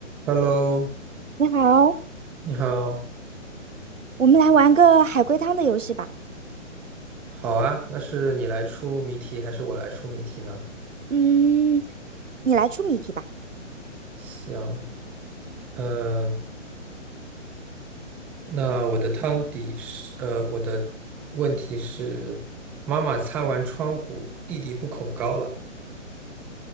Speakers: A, in the centre; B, on the right.
A: Hello，
B: 你好，
A: 你好，
B: 我们来玩个海龟汤的游戏吧。
A: 好啊，那是你来出谜题还是我来出谜题呢？
B: 嗯，你来出谜题吧。
A: 行，呃，那我的汤底是，呃，我的问题是，妈妈擦完窗户，弟弟不恐高了。